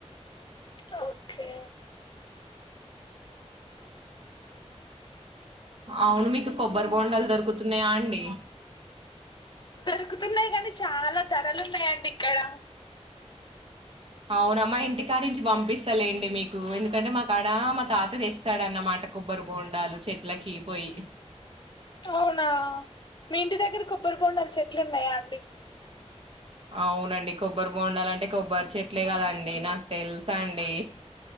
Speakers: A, on the left (about 40°); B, on the right (about 55°).
A: ఓకే
B: అవును మీకు కొబ్బరి బొండాలు దొరుకుతున్నాయా అండి
A: దొరుకుతున్నాయి కానీ చాలా ధరలున్నాయండి ఇక్కడ
B: అవునమ్మా ఇంటి కానించి పంపిస్తలేండి. మీకు ఎందుకంటే మా కాడ మా తాత తెస్తాడన్నమాట కొబ్బరి బోండాలు చెట్లకి పోయి
A: అవునా మీ ఇంటి దగ్గర కొబ్బరి బొండాలు చెట్లున్నాయా అండి
B: అవునండి కొబ్బరి బొండాలంటే కొబ్బరి చెట్లే కదండి నాకు తెలుసండి.